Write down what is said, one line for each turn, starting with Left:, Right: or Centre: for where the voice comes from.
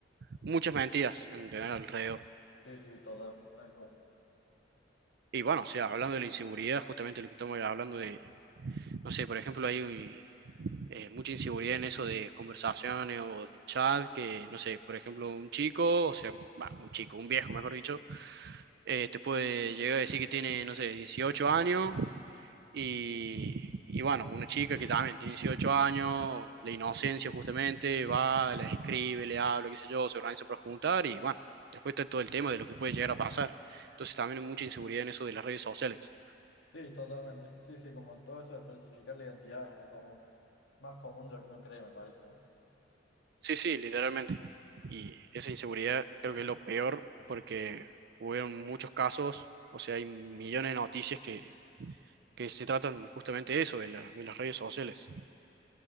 Right: muchas mentiras en tener alrededor.
Left: Sí, sí, total, tal cual.
Right: Y bueno, o sea, hablando de la inseguridad, justamente lo que estamos hablando de no sé, por ejemplo, hay eh, mucha inseguridad en eso de conversaciones o de chat, que, no sé, por ejemplo, un chico, o sea, va, un chico, un viejo, mejor dicho, eh, te puede llegar a decir que tiene, no sé, 18 años y, y bueno, una chica que también tiene 18 años, la inocencia justamente, va, le escribe, le habla, qué sé yo, se organiza para juntar y bueno, después está todo el tema de lo que puede llegar a pasar. Entonces también hay mucha inseguridad en eso de las redes sociales.
Left: Sí, totalmente. Sí, sí, como todo eso de falsificar la identidad es re común. Más común de lo que uno cree, me parece, ¿no?
Right: Sí, sí, literalmente. Y esa inseguridad creo que es lo peor porque hubieron muchos casos, o sea, hay millones de noticias que, que se tratan justamente de eso, de, la- de las redes sociales.